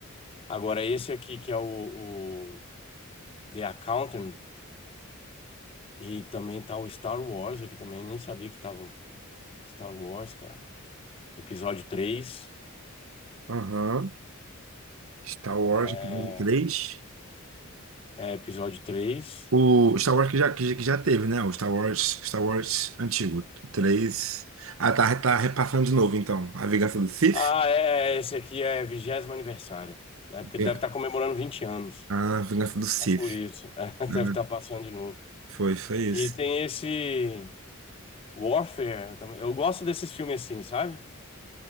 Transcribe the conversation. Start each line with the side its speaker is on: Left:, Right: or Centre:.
Left: Agora, esse aqui que é o, o The Accountant. E também tá o Star Wars aqui também, nem sabia que tava o Star Wars, cara. Episódio três
Right: aham. Star Wars
Left: É,
Right: episódio Três
Left: é episódio três
Right: O Star Wars que já, que, já que já teve, né? O Star Wars, Star Wars antigo. Três Ah, tá, tá repassando de novo, então. A Vingança do Sith?
Left: Ah, é, esse aqui é vigésimo aniversário. É porque
Right: Ving-
Left: deve estar comemorando 20 anos.
Right: Ah, Vingança do Sith.
Left: É por isso. <laughs> É, deve
Right: Uhum.
Left: estar passando de novo.
Right: Foi, foi isso.
Left: E tem esse Warfare também. Eu gosto desses filmes assim, sabe?